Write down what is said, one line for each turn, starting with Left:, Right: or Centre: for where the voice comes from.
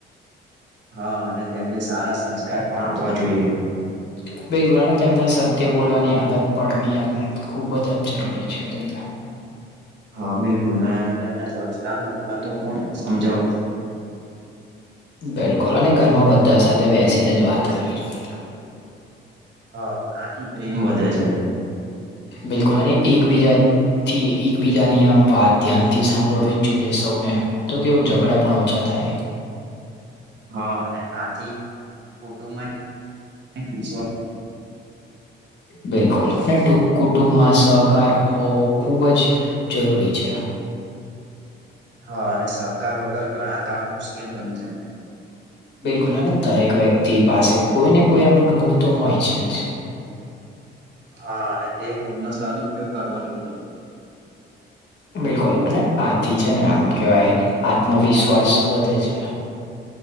Right: હા, અને તેમને સારા સંસ્કાર પણ આપવા જોઈએ.
Left: હ. બિલકુલ, અને તેમને સત્ય બોલવાની આદત પડવી, એમ ખુબ જ આમ જરૂરી છેને.
Right: હા, બિલકુલ ને, તેમને સ્વચ્છતા નું મહત્વ પણ સમજાવવું જોઈએ.
Left: બિલકુલ, અને ઘરમાં બધા સાથે બેસીને જ વાત કરવી જોઈએ.
Right: હા, આથી પ્રેમ વધે છે.
Left: બિલકુલ, અને એકબીજા થી એકબીજાની આમ વાત ધ્યાનથી સાંભળવી જ જોઈએ સૌને. તો કેવું ઝઘડા પણ ઓછા થાય.
Right: હા, અને આથી કુટુંબમાં વિશ્વાસ.
Left: બિલકુલ, અને કુટુંબમાં સહકાર હોવો ખુબ જ જરૂરી છે.
Right: હા, અને સહકાર વગર ઘણા કામ મુશ્કેલ બની શકે છે.
Left: બિલકુલ, અને દરેક વ્યક્તિ પાસે કોઈને કોઈ એમ ગુણ તો હોય છે જ.
Right: હા, અને તે ગુળનો સદ ઉપયોગ કરવો જોઈએ.
Left: બિલકુલ, અને આથી છે ને, આમ કેવાય આત્મવિશ્વાસ વધે છે.